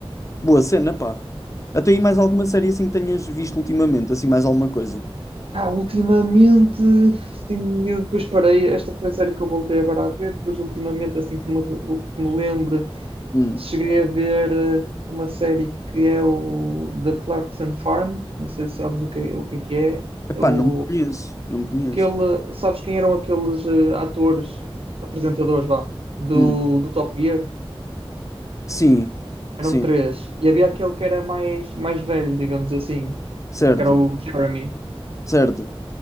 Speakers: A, on the left; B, on the right.
A: Boa cena, pá. Até aí mais alguma série assim que tenhas visto ultimamente, assim mais alguma coisa?
B: Ah, ultimamente, sim, eu depois parei. Esta foi a série que eu voltei agora a ver. Depois, ultimamente, assim que me, que me lembro,
A: Hum.
B: cheguei a ver eh, uma série que é o The Clarkson Farm. Não sei se sabes o que, o que é que é.
A: Epá,
B: É o,
A: não conheço, não conheço.
B: Aquele, sabes quem eram aqueles eh, atores, apresentadores, vá, do,
A: Hum.
B: do Top Gear?
A: Sim,
B: Eram
A: sim,
B: três. E havia aquele que era mais, mais velho, digamos assim,
A: certo,
B: que era o Jeremy.
A: certo.